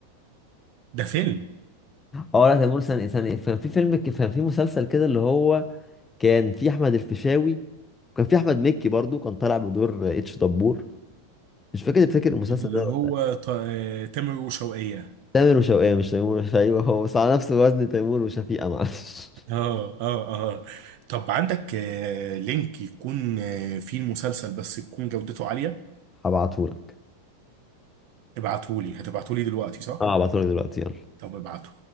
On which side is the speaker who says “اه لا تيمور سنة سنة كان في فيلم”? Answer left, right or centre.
Left